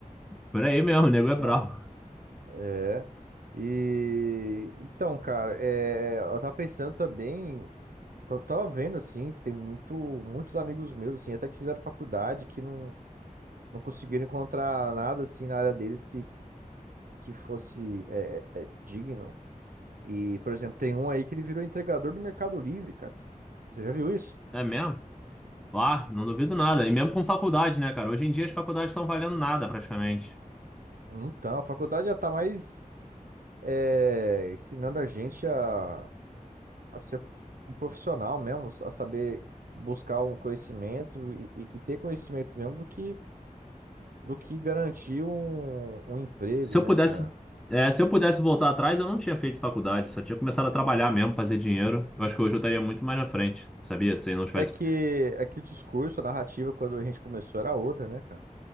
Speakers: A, in the centre; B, on the right (about 90°).
A: <laughs> por aí mesmo, o nego é bravo
B: Não, é. E então, cara, é, eu tava pensando também, ta- tava vendo assim, que tem muito, muitos amigos meus, assim, até que fizeram faculdade, que não, não conseguiram encontrar nada assim na área deles que, que fosse é, é, é, digno. E, por exemplo, tem um aí que ele virou entregador do Mercado Livre, cara. Você já viu isso?
A: É mesmo? Ah, não duvido nada. E mesmo com faculdade, né, cara? Hoje em dia as faculdades estão valendo nada praticamente.
B: Então, a faculdade já tá mais é, ensinando a gente a. a ser um profissional mesmo, a saber buscar um conhecimento e, e- e ter conhecimento mesmo do que, do que garantir um, um emprego,
A: Se eu
B: né,
A: pudesse,
B: cara?
A: é, se eu pudesse voltar atrás, eu não tinha feito faculdade, só tinha começado a trabalhar mesmo, fazer dinheiro. Eu acho que hoje eu estaria muito mais na frente, sabia? Se não tivesse.
B: É que, é que o discurso, a narrativa, quando a gente começou, era outra, né, cara?